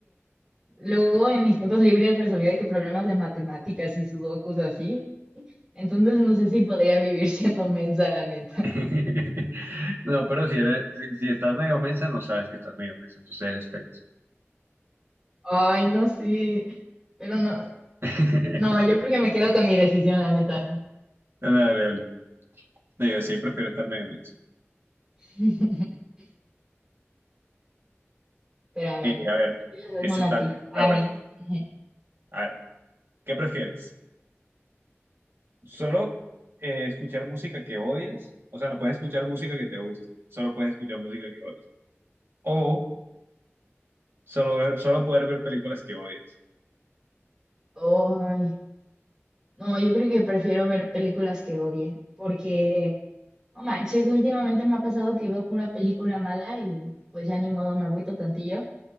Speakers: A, on the right; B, on the right.
A: Luego en mis tiempos libres resolvía de que problemas de matemáticas y sudokus así. Entonces no sé si podría vivir <laughs> siendo mensa, la neta.
B: <laughs> No, pero si eres, si, si estás medio mensa, no sabes que estás medio mensa, entonces eres feliz.
A: Ay, no sé. Pero no,
B: <laughs>
A: no, yo creo que me quedo con mi decisión, la neta.
B: No, no, dale, dale. No, yo sí prefiero estar medio mensa.
A: <laughs> Pero a ver,
B: Y, a ver,
A: si quieres hazme
B: ese
A: una
B: está,
A: a ti,
B: está
A: a
B: bueno.
A: mí. <laughs>
B: A ver, ¿qué prefieres? ¿Solo eh, escuchar música que odias? O sea, no puedes escuchar música que te guste, solo puedes escuchar música que odias. O solo ver, solo poder ver películas que odias.
A: Ay, no, yo creo que prefiero ver películas que odie, porque, no manches, últimamente me ha pasado que veo pura película mala y pues ya ni modo me agüito tantillo.